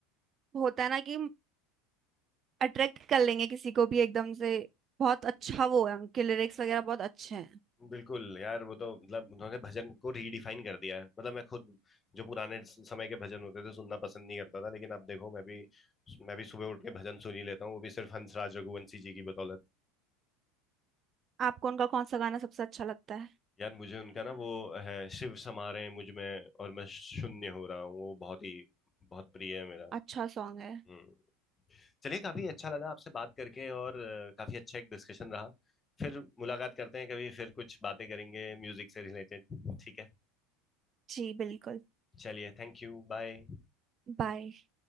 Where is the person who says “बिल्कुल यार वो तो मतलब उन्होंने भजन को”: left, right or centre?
Left